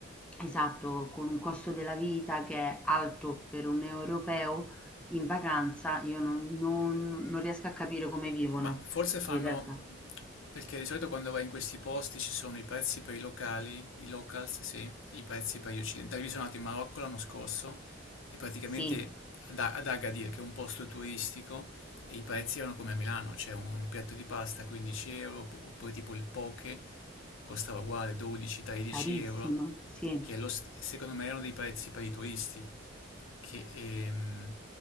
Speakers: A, in the centre; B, on the left (about 70°).
A: esatto, con un costo della vita che è alto per un europeo in vacanza, io non, non- non riesco a capire come vivono
B: Ma forse fanno,
A: in realtà.
B: perché di solito quando vai in questi posti ci sono i prezzi per i locali, i locals, sì, e i prezzi per gli occidentali. Io sono andato in Marocco l'anno scorso e praticamente
A: Sì,
B: ad, A- ad Agadir, che è un posto turistico, e i prezzi erano come a Milano, c'è un, un piatto di pasta 15 euro, opp- oppure tipo il poke costava uguale 12-13
A: carissimo,
B: euro,
A: sì,
B: che è lo st- secondo me erano dei prezzi per i turisti, che, ehm,